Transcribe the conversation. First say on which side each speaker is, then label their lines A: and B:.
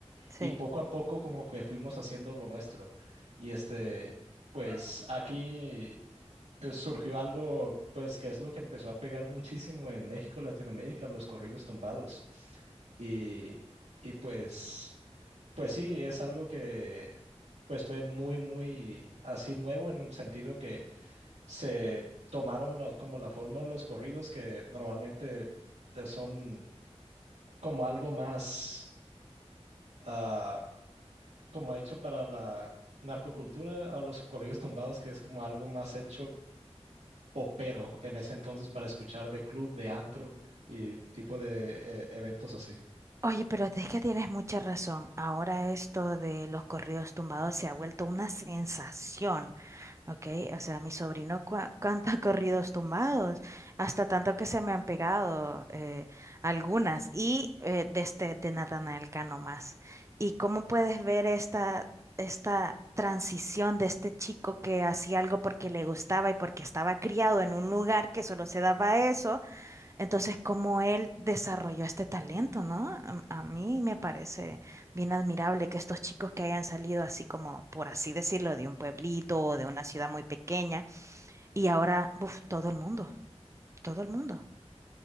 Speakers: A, on the right; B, on the right.
A: sí.
B: y poco a poco como que fuimos haciendo lo nuestro. Y este, pues aquí eh, surgió algo, pues, que es lo que empezó a pegar muchísimo en México, Latinoamérica, los corridos tumbados. Y, y pues, pues sí, es algo que pues fue muy, muy así nuevo en el sentido que se tomaron la- como la forma de los corridos que normalmente eh, son como algo más ah, como hecho para la narcocultura a los corridos tumbados que es como algo más hecho popero en ese entonces para escuchar de club, de antro y tipo de eh, eventos así.
A: Oye, pero es que tienes mucha razón. Ahora esto de los corridos tumbados se ha vuelto una sensación. Ok, o sea, mi sobrino cua- <laughs> canta corridos tumbados, hasta tanto que se me han pegado eh, algunas, y eh, de este, de Natanael Cano más. ¿Y cómo puedes ver esta, esta transición de este chico que hacía algo porque le gustaba y porque estaba criado en un lugar que solo se daba eso? Entonces, cómo él desarrolló este talento, ¿no? A, a mí me parece bien admirable que estos chicos que hayan salido así como, por así decirlo, de un pueblito o de una ciudad muy pequeña y ahora, buf, todo el mundo, todo el mundo.